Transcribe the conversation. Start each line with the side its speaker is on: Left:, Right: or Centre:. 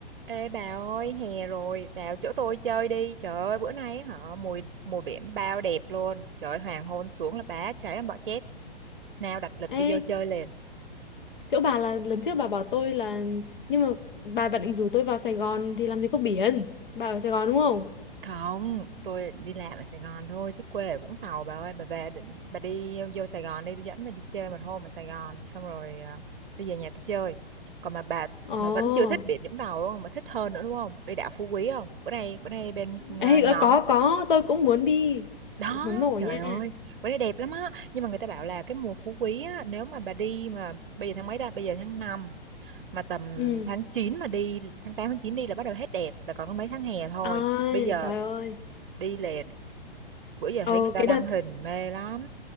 Right: Ê bà ơi, hè rồi, vào chỗ tôi chơi đi. Trời ơi, bữa nay á hả, mùi mùa biển bao đẹp luôn. Trời ơi, hoàng hôn xuống là bá cháy em bỏ chết. Nào đặt lịch
Left: Ê,
Right: đi vô chơi liền.
Left: chỗ bà là lần trước bà bảo tôi là nhưng mà bà bà định rủ tôi vào Sài Gòn thì làm gì có biển. Bà ở Sài Gòn đúng không?
Right: Không, tôi đi làm ở Sài Gòn thôi chứ quê ở Vũng Tàu bà ơi, bà về định bà đi vô Sài Gòn đi, tôi dẫn bà đi chơi một hôm ở Sài Gòn xong rồi à, đi về nhà tôi chơi. Còn mà bà
Left: Ồ.
Right: bà vẫn chưa thích biển Vũng Tàu luôn mà thích hơn nữa đúng không? Đi đảo Phú Quý không? Bữa nay bữa nay bên à,
Left: Ê,
Right: nhóm
Left: ờ, có có, tôi cũng muốn đi.
Right: đó
Left: Nóng nổi
Right: trời
Left: nha.
Right: ơi bữa nay đẹp lắm á nhưng mà người ta bảo là cái mùa phú quý á nếu mà bà đi mà bây giờ tháng mấy ta bây giờ tháng 5 mà tầm
Left: Ừ.
Right: tháng 9 mà đi tháng 8 tháng 9 đi là bắt đầu hết đẹp là còn có mấy tháng hè thôi
Left: Ôi,
Right: bây giờ
Left: trời ơi.
Right: đi liền bữa giờ
Left: Ồ,
Right: thấy người ta
Left: cái
Right: đăng
Left: đợt
Right: hình mê lắm